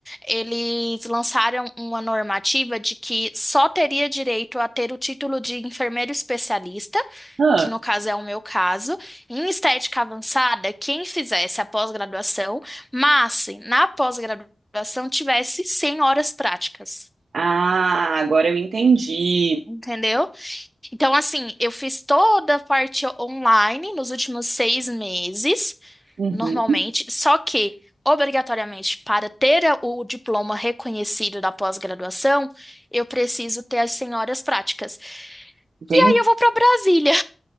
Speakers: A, in the centre; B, on the right (about 85°).
A: eles lançaram uma normativa de que só teria direito a ter o título de enfermeiro especialista
B: Ah,
A: que no caso é o meu caso, em estética avançada, quem fizesse a pós-graduação, mas se na pós-graduação tivesse 100 horas práticas.
B: Ah, agora eu entendi.
A: Entendeu? Então, assim, eu fiz toda a parte online nos últimos seis meses,
B: Uhum.
A: normalmente, só que, obrigatoriamente, para ter a- o diploma reconhecido da pós-graduação, eu preciso ter as 100 horas práticas.
B: Entendi.
A: E aí eu vou para Brasília.